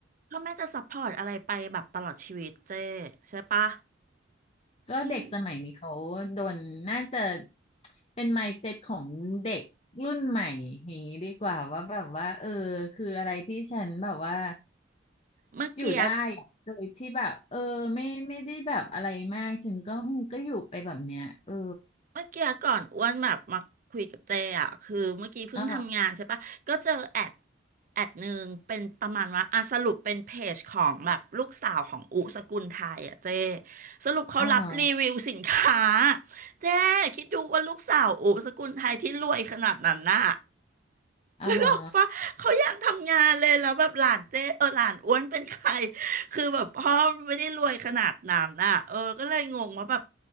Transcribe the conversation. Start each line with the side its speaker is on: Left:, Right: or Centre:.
Right: พ่อแม่จะซัพพอร์ตอะไรไปแบบตลอดชีวิตเจ้ใช่ปะ
Left: ก็เด็กสมัยนี้เขาโดนน่าจะ
Right: อืม
Left: เป็น mindset ของเด็กรุ่นใหม่อย่างนี้ดีกว่าว่าแบบว่าเออคืออะไรที่ฉันแบบว่า
Right: เมื่อกี้
Left: อยู่ได้อะโดยที่แบบเออไม่ไม่ได้แบบอะไรมากฉันก็อืมก็อยู่ไปแบบเนี้ยเออ
Right: เมื่อกี้ก่อนอ้วนแบบมาคุยกับเจอ่ะคือเมื่อกี้เพิ่งทำงานใช่ปะก็เจอแอด
Left: อ๋อ
Right: แอดหนึ่งเป็นประมาณว่าอ่ะสรุปเป็นเพจของแบบลูกสาวของอุสกุลไทยอ่ะเจสรุปเขารับรีวิวสินค้า
Left: อ่าฮะ
Right: เจคิดดูว่าลูกสาวอุสกุลไทยที่รวยขนาดนั้นน่ะ
Left: อ่าฮะ
Right: นึกออกปะเขาอยากทำงานเลยแล้วแบบหลานเจ๊เออหลานอ้วนเป็นใครคือแบบพ่อไม่ได้รวยขนาดนั้นน่ะเออก็เลยงงว่าแบบ